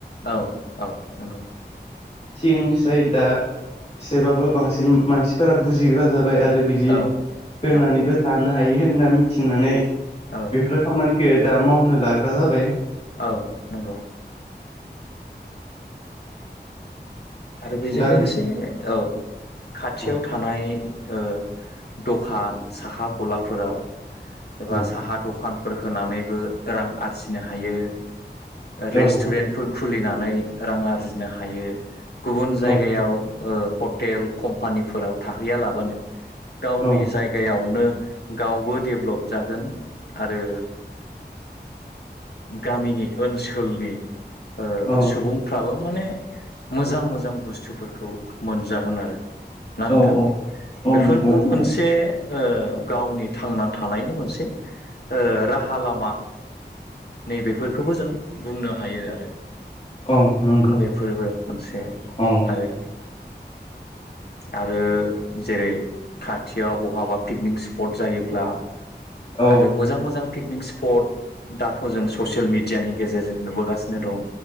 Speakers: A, on the left; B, on the left.
A: औ-औ नंगौ
B: सिगांनिफ्राय दा एसेबाबो बांसिन मानसिफोरा बुजिग्रा जाबाय आ रो बिदि
A: औ
B: होननानैबो
A: औ
B: जानो हायो होनना मिथिनानै
A: औ
B: बेफोरो खामानिखो दा मावनो लाग्रा जाबाय
A: औ नंगौ आरो बेजों
B: दा
A: लोगोसे
B: बि
A: औ खाथियाव
B: औ
A: थानाय ओ दखान साहा गलाफोराव एबा
B: औ
A: साहा दखान फोर होनानैबो रां आरजिनो हायो रेस्टुरेन्टफो
B: औ
A: र खुलिनानै रां आरजिनो हायो गुबुन जायगायाव
B: औ
A: ओ हटेल कम्पानिफोराव थाहैयालाबानो गावनि
B: औ
A: जायगायावनो गावबो डेबलप जागोन आरो गामिनि ओनसोलनि ओ
B: औ
A: सुबुंफ्राबो माने मोजां मोजां बुस्थुफोरखौ मोनजागोन आरो ना नोंथां
B: औ औ औ
A: बेफोरबो
B: नंगौ नोंथां
A: मोनसे ओ गावनि थांना थानायनि मोनसे ओ राहा लामा नै बेेफोरखौबो जों बुंनो हायो आरो
B: औ नंगौ।
A: बेफोरबो मोनसे
B: औ
A: आरो आरो जेरै खाथियाव बहाबा पिकनिक स्पट जायोब्ला
B: औ
A: आरो मोजां मोजां पिकनिक स्पट दाथ' जों ससियेल मिडियानि गेजेरजों नुबोगासिनो दं।